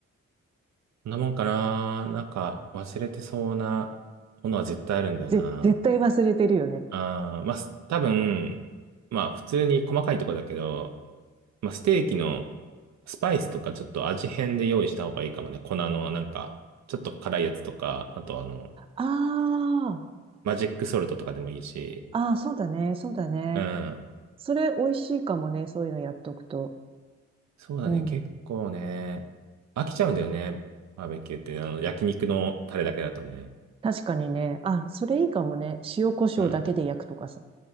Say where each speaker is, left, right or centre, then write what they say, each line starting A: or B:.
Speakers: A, on the right; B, on the right.
A: こんなもんかな。なんか忘れてそうなものは絶対あるんだよな。
B: ぜ、絶対忘れてるよね。
A: あー、まあ、す多分、まあ普通に細かいとこだけど、まあステーキのスパイスとかちょっと味変で用意した方がいいかもね。粉のなんか、ちょっと辛いやつとか、あとあの、
B: あ
A: マジックソルトとかでもいいし。
B: あ、ああ、そうだね、そうだね。
A: うん。
B: それ美味しいかもね、そういうのやっとくと。
A: そうだね。
B: うん。
A: 結構ね、飽きちゃうんだよね。バーベキューって、あの、焼肉のタレだけだとね。
B: 確かにね。あ、それいいかもね。塩コショウだけで焼くとかさ。
A: うん。